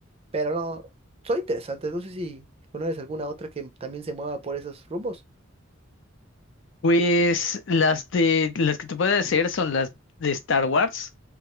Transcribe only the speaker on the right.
pero no, son interesantes, no sé si conoces alguna otra que también se mueva por esos rumbos.